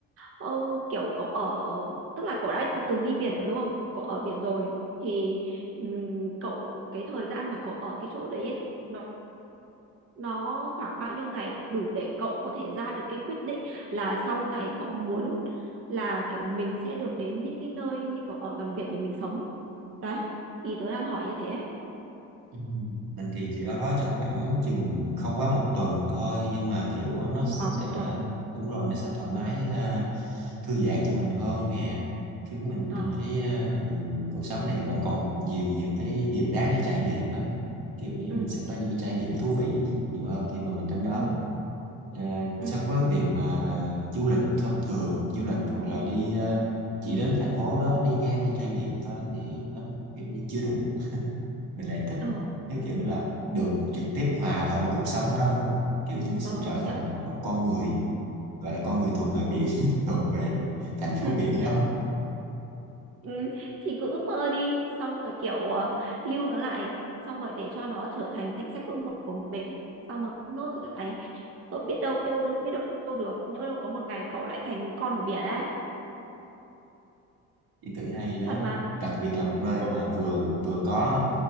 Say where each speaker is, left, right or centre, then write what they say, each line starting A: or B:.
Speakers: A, on the right; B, on the right.
A: um, kiểu cậu ở tức là cậu đã từng đi biển rồi đúng không? Cậu ở biển rồi thì ừm, cậu cái thời gian mà cậu ở cái chỗ đấy ấy nó nó khoảng bao nhiêu ngày đủ để cậu có thể ra được cái quyết định là sau này cậu muốn là kiểu mình sẽ được đến những cái nơi như kiểu ở gần biển để mình sống đấy ý tớ đang hỏi như thế ấy.
B: Ừ. Mình thì chỉ ở đó trong khoảng chừng không quá một tuần thôi nhưng mà kiểu nó
A: không
B: sẽ
A: quá một tuần
B: đúng rồi nó sẽ thoải mái
A: ừ
B: à, thư giãn cho mình hơn nè chứ mình
A: ờ
B: cảm thấy à, ừ, cuộc sống này vẫn còn nhiều nhiều cái điều đáng để trải nghiệm á kiểu như
A: ừ
B: mình sẽ có những cái trải nghiệm thú vị nhiều hơn khi mà mình đến đó
A: ừ
B: à, so
A: ừ
B: với cái việc mà du lịch thông thường du lịch hoặc là đi à, chỉ đến thành phố đó đi ngang đi trải nghiệm thôi thì nó kiểu như chưa đủ mình lại thích
A: ờ
B: cái kiểu là được trực tiếp hòa vào cuộc sống ở đó hơn kiểu như sẽ
A: ờ
B: trở thành
A: kiểu
B: một con người gọi là con người thuộc về biển <laughs> thuộc về thành phố
A: <laughs>
B: biển đó
A: ừ. thì cứ ước mơ đi xong rồi kiểu ờ, lưu nó lại xong rồi để cho nó trở thành danh sách ước mơ của mình xong rồi cứ nốt lại cậu biết đâu biết đâu được biết đâu được nhỡ đâu có một ngày cậu lại thành con của biển ấy
B: ý tưởng hay đó
A: thật mà
B: đặc biệt là một nơi
A: ừ
B: mà vừa vừa có